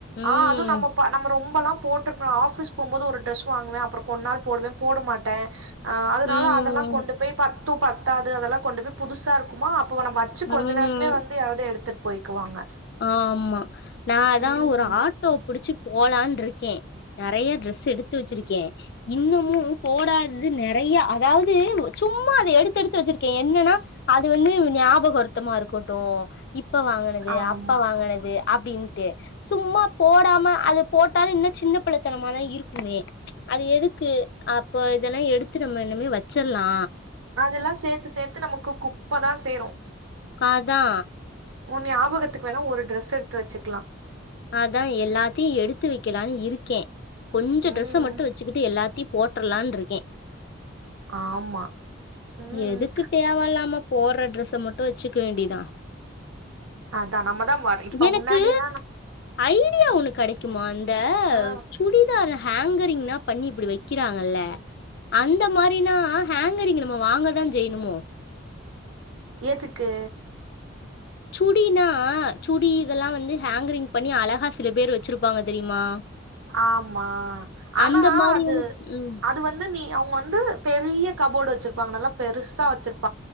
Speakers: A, on the left (about 50°); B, on the right (about 85°).
A: ம்
B: ஆ அது நம்ம நம்ம ரொம்பெல்லா போட்டு நா ஆபிஸ் போம்போது ஒரு ட்ரெஸ் வாங்குவே அப்புற கொன்ன நாள் போடுவே போட மாட்டே ஆ அதனால
A: ம்
B: அதெல்லா கொண்டு போய் பத்தும் பத்தாது அதெல்லா கொண்டு போய் புதுசா இருக்குமா அப்ப நம்ப வச்சி வச்சு
A: ம்
B: கொஞ்ச நேரத்துலே வந்து யாராவது எடுத்துட்டு போய்க்குவாங்க
A: ஆம்மா நா அதா
B: ம்
A: ஒரு ஆட்டோ புடிச்சு போலான்ருக்கே நறைய ட்ரெஸ் எடுத்து வச்சிருக்கே இன்னமு போடாதது நறைய அதாவது சும்மா அதை எடுத்து எடுத்து வச்சிருக்கே என்னன்னா அது வந்து ஞாபக அர்த்தமா இருக்கட்டு இப்ப வாங்கினது
B: ஆமா
A: அப் வாங்கினது அப்டின்ட்டு சும்மா போடாம அது போட்டாலு இன்னு சின்ன பிள்ளைத்தனமாதா இருக்குமே அது எதுக்கு அப்போ இதெல்லா எடுத்து நம்ம இனுமே வச்சிட்லா
B: அதெல்லா சேத்து சேத்து நமக்கு குப்பதா சேரு
A: காதா
B: உன் நியாபகத்துக்கு வேணா ஒரு டிரெஸ் எடுத்து வச்சிக்கலா
A: அதா எல்லாத்தையு எடுத்து வைக்கலானு இருக்கே கொஞ்ச
B: ம்
A: டிரரெஸ்ஸ மட்டு வச்சுக்கிட்டு எல்லாத்தையு போட்ரலானு இருக்கே
B: ஆமா ம்
A: எதுக்கு தேவ இல்லாம போட்ற ட்ரெஸ மட்டு வச்சுக்க வேண்டிதா
B: அதா நம்மதான் வர இப்ப
A: எனக்கு
B: முன்னாடி எல்லா
A: ஐடியா ஒண்ணு கிடைக்குமா இந்த
B: ஆ
A: சுடிதார ஹேங்கரிங்னா பண்ணி இப்படி வைக்கிறாங்கல்ல அந்த மாதிரினா ஹேங்கரிங் நம்ம வாங்க தா செய்யணுமோ
B: எதுக்கு
A: சுடினா சுடி இதெல்லா வந்து ஹேங்கரிங் பண்ணி அழகா சில பேர் வச்சிருப்பாங்க தெரியுமா
B: ஆமா ஆனா
A: அந்த மாரி
B: அது
A: ம்.
B: அது வந் து நீ அவுங்க வந்து பெரிய கபோர்டு வச்சிருப்பாங்க நல்லா பெருசா வச்சிருப்